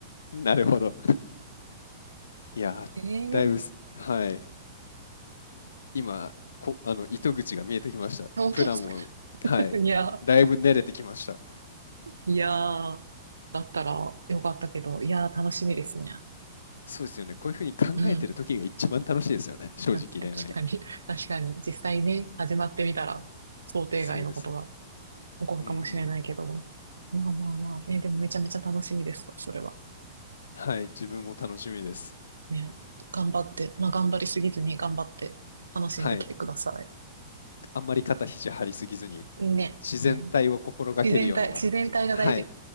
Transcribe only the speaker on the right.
<laughs>
ええ
本当ですか
<laughs> いや、
いやー、だったらよかったけど、いやー、楽しみですね。
うん。
た確かに、<laughs> 確かに、実際ね、始まってみたら、想定外のことが
起こるかもしれないけども。
まあまあまあ、ね、でもめちゃめちゃ楽しみです、それは。
ね、頑張って、まあ頑張りすぎずに頑張って、楽しんできてくださ
い。ね。
うん、自然体、自然体が大事。